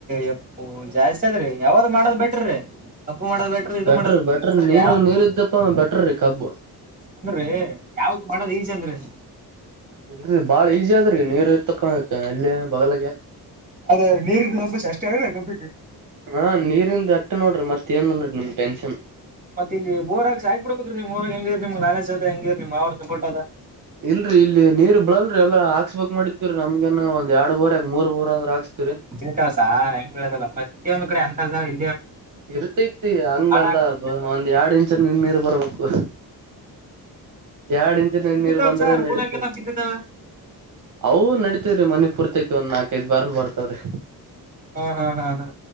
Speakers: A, on the right (about 20°); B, on the right (about 55°).
A: ಓ ಜಾಸ್ತಿ ಅದ್ರೀ ಯಾವ್ದ್ ಮಾಡದ್ ಬಿಟ್ರೀ ಕಬ್ಬು ಮಾಡದ್ ಬಿಟ್ರ ಇದು
B: ಬೆಟ್ರ
A: ಮಾಡದ್
B: ಬೆಟ್ರ
A: ಬಿಟ್ರ ಅ್ರೆ
B: ನೀರ್
A: ಯಾವ
B: ನೀರ್ ಇದ್ದಪ್ಪ ಬೆಟ್ರೀ ಕಬ್ಬು
A: ಅಂದ್ರೆ ಯಾವ್ದು ಮಾಡೋದ ಈಜೆ ಅಂದ್ರೆ
B: ಇಲ್ರರಿ ಬಾಳ ಈಜಿ ಆದ್ರ ನೀವರ್ ಇತ್ತಪ್ಪ ಇ ಬಲ
A: ಅದ ನೀರಿನ ಹಬ್ಬಸ ಅಷ್ಟೇ ಅಲ್ರಿ ಕಬ್ಬಿಗೆ
B: ಹ ನೀರಿಂದ ಮತ್ತ ನೋಡ್ರಿ ಮತ್ತ ಏನ್ ನೋಡಡಿರಿಮ ಟೆನ್
A: ಮತ್ತೆ ಇಲ್ಲಿ ಬೋರ್ಾಕ್ಸ ಆಾಕ್ಬಡ್ಬೇಕೀ ನೀವ್ ಹೆಂಗಿರ್ ನಿಮ್ ನಾಲೆಸ ಅದ ಹೆಂಗಿರ್ ನಿಮ್ ಅವ್ರರು ಸಂಪೋಟದ
B: ಇಲ್ರರಿ ಇಲ್ಲಿ ನೀರು ಬಿಳಲ್ರಿ ಎಲ್ಲ ಹಾಕ್ಸ್ಬಕ್ ಮಾಡಿದರಿ ಮಗೇನ ಒಂದ್ ಎರಡು ಬರ್ ಯಾಕ ಮೂರ್ ಬೋ ಅಂದ್ರೆ ಹಾಸ್ತತಿವರಿ
A: ೇಳ್ತ ಸಾರೆ ಹೆಂಗ ಬೆದಲ್ಲ ಪ್ರತೊಂದು ಕಡೆ ಅಂತರ್ ಜ ಇ
B: ಇರ್ತೈತಿ ಹಂಗಲ್ಲ
A: ಆಗ್ತದೆ
B: ಒಂದ್ ಎರಡ್ ಇಂಚ್ ನೀ ನೀರು ಬರ್ಬೇಕು ಎರಡ್ ಇಂಚಿನ ನೀರು
A: ಬಿದ್ದಾವ
B: ಬಂದ್ರೆ
A: ಸರ್
B: ನಡೀತ
A: ಊರಾಗೆಲ್ಲ ಬಿದ್ದಿದ್ದಾವ
B: ಅವು ನಡತವ್ರೀ ಮನಿ ಪೂರ್ತೈತಿ ಒಂದ್ ನಾಕೈ್ ಬಾರ್ನ್ ಬರ್ತವ್ರಿ
A: ಹಾ ಹಾ ಹಾ ಹಾ